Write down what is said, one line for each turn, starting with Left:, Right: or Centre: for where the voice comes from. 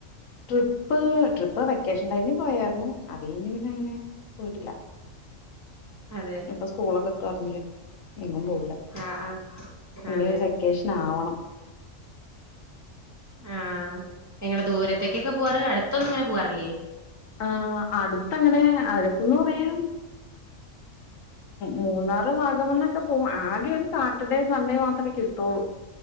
Left: ട്രിപ്പ് ട്രിപ്പ് വെക്കേഷൻ ടൈംമിൽ പോയായിരുന്നു അത് കഴിഞ്ഞ് പിന്നെ അങ്ങനെ പോയിട്ടില്ല
Right: അതെ
Left: ഇപ്പോ സ്കൂളൊക്കെ തെറന്നില്ലേ എങ്ങും പോവില്ല
Right: ആഹ് ആഹ്
Left: ഇനിയൊരു
Right: അതെ
Left: വെക്കേഷൻ ആവണം
Right: ആ ഇങ്ങള് ദൂരത്ത്ക്കൊക്കെ പോകാറ് അടുത്തൊന്നും പോകാറില്ലേ
Left: ആ അടുത്തങ്ങനെ ആര് എന്തുപറയാന് മൂന്നാർ, വാഗമൺയെക്കെ പോ ആകെ ഒരു സാറ്റർഡേ സൺഡേ മാത്രം കിട്ടുള്ളു.